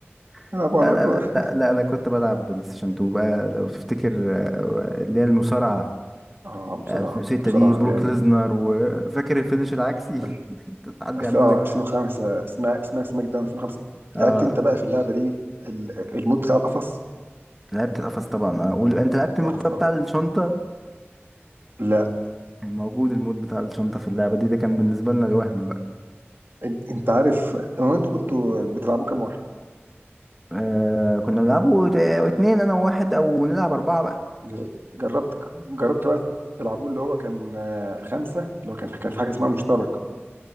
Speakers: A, in the centre; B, on the right.
A: <laughs>
B: يلعبوا
A: لا
B: على كورة
A: أنا لا لا، أنا كنت بلعب بلاي ستيشن 2 بقى لو تفتكر آه، اللي هي المصارعة
B: اه بسرعة
A: 2006
B: بسرعة
A: دي بروك
B: اللي هي
A: بصراحة
B: ال-
A: ليزنر وفاكر الفينش العكسي
B: ال-
A: <laughs> حد
B: بس
A: يعمل
B: اه
A: لك
B: 2005 اسمها اسمها سماك داون 2005
A: آه
B: لعبت انت بقى في اللعبة دي ال- المود بتاع القفص
A: لعبت القفص طبعا آه، وال- انت لعبت
B: القفص
A: المود بقى بتاع الشنطة
B: لا
A: موجود المود بتاع الشنطة في اللعبة دي ده كان بالنسبة لنا الوهم بقى
B: انت أنت عارف هو انتوا كنتوا بتلعبوا كام واحد؟
A: آه كنا بنلعبه ت- اتنين انا وواحد او نلعب اربعة بقى
B: ج- جربت جربت بقى تلعبوه اللي هو كان آه، خمسة اللي هو كان كان في حاجة اسمها مشترك